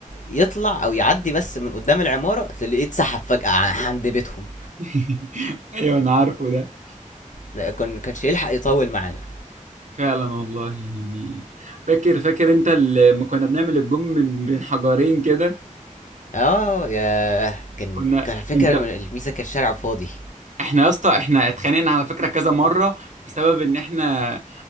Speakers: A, on the left; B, on the right.
A: يطلع او يعدي بس من قدام العماره تلاقيه اتسحب فجاه ع- عند بيتهم
B: <laughs> ايوه انا عارفه ده
A: ده كان كانش يلحق يطول معانا
B: فعلا والله يعني فاكر فاكر انت لما كنا بنعمل الجم من بين حجرين كده
A: اه يا كان
B: كنا
A: كان فكره
B: انت
A: الميزه كان شارع فاضي
B: احنا يا اسطى احنا اتخانقنا على فكره كذا مره بسبب ان احنا